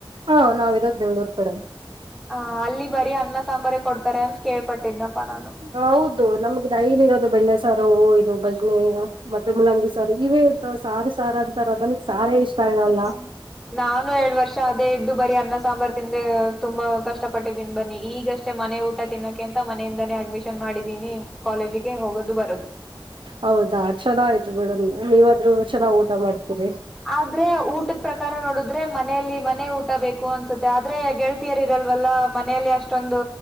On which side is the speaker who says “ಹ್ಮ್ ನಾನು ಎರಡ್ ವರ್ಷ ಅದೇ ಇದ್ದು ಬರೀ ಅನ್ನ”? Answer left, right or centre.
Centre